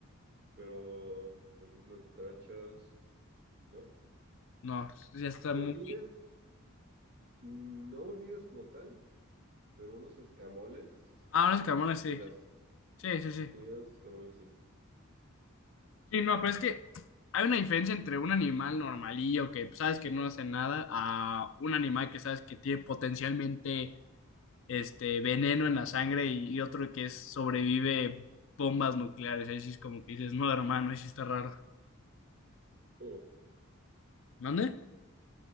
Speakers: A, on the right (about 50°); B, on the left (about 60°).
A: pero, por ejemplo, cucarachas, ¿no?
B: No, ya está
A: Hormigas,
B: muy.
A: mm, no hormigas como tal, pero unos escamoles,
B: Ah, unos camarones,
A: quizás.
B: sí. Sí, sí, sí.
A: Sí, unos escamoles, sí.
B: Sí, no, pero es que hay una diferencia entre un animal normalillo que pues, sabes que no hace nada a un animal que sabes que tiene potencialmente este veneno en la sangre y, y otro que es, sobrevive bombas nucleares. Ahí sí es como que dices, no, hermano, ahí sí está raro.
A: Eh,
B: ¿Dónde?